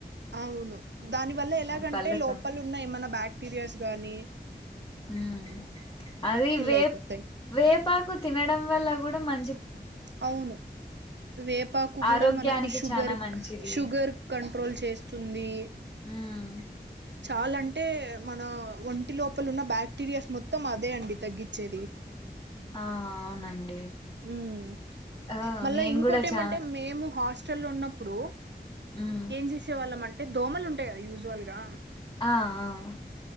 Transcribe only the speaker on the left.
పళ్ళు
తోము
ఉమ్ అది వే
వేపాకు తినడం వల్ల గుడా మం
ఆరోగ్యానికి
చానా మంచిది
ఉమ్
ఆ అవునండి
ఆ
నేను
కూడా
చానా
మ్మ్
ఆ ఆ